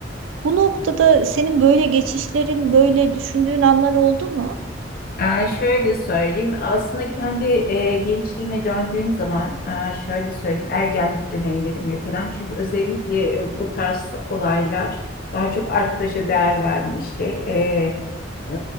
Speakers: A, on the right; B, on the left.
A: bu noktada senin böyle geçişlerin, böyle düşündüğün anlar oldu mu?
B: Ee, şöyle söyleyeyim. Aslında kendi e, gençliğime döndüğüm zaman e, şöyle söyleyeyim. Ergenlik dönemlerime falan. Çünkü özellikle e, bu tarz olaylar daha çok arkadaşa değer verme işte. E, e,